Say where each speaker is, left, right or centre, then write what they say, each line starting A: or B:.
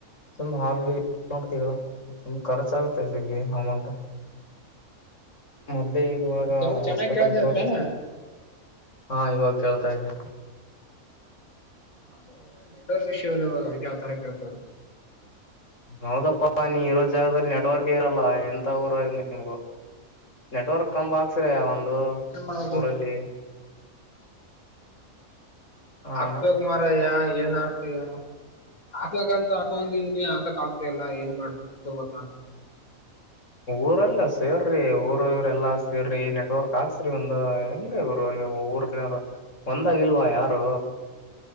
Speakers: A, on the left; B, on the left.
A: ತುಂಬಾ ಹಾಲ್ಗೆ ಮಾಡ ತುಂಬ ಖರ್ಚಾಗುತ್ತೆ ಜಗ್ಗಿ ಅಮೌಂಟ್ ಮೊದ್ಲೇ ಇವಾಗ
B: ಸೌಂಡ್ ಚೆನ್ನಾಗ್
A: ಹಾಸ್ಪಿಟಲ್
B: ಕೇಳ್ತದೆ
A: ತೋ
B: ತಾನೆ
A: ಹಾ ಇವಾಗ ಕೇಳ್ತಾ ಇದೆ
B: ಅ ನೆಟ್ವರ್ಕ್ ಇಶ್ಯೂ ಇದೆ ಅಲ್ವಾ ಅದು ಅದಕ್ಕೆ ಯಾವ ತರ ಕೇಳ್ತ ಇರೋದು
A: ಹೌದಪ್ಪಾ ನೀ ಇರೋ ಜಾಗದಲ್ಲಿ ನೆಟ್ವರ್ಕ್ ಇರಲ್ಲ ಎಂಥ ಊರು ನಿಮ್ದು ನೆಟ್ವರ್ಕ್ ಕಂಬ ಹಾಕ್ಸ್ರ ಒಂದು
B: ಏನ್ ಮಾಡೋದು
A: ಊರಲ್ಲಿ ಹಾ
B: ಹಾಕ್ಬೇಕು ಮಾರಾಯ ಏನ್ ಹಾಕ್ಬೇಕು ಏನೋ ಆತಗಂತಂದಿದೀನಿ ಆತಕ್ ಆಗ್ತ ಇಲ್ಲ ಏನ್ ಮಾಡ್ಬೇಕು ಒಂದ ಗೊತ್ತಾಗ್ತಲ್ಲ
A: ಊರಲ್ಲ ಸೇರ್ರಿ ಊರ ಇವ್ರ ಎಲ್ಲಾ ಸೇರ್ರಿ ನೆಟ್ವರ್ಕ್ ಹಾಕ್ಸ್ರಿ ಒಂದು ಹೆಂಗ ನೀವು ಊರ್ನವ ಒಂದಾಗಿ ಇಲ್ವಾ ಯಾರು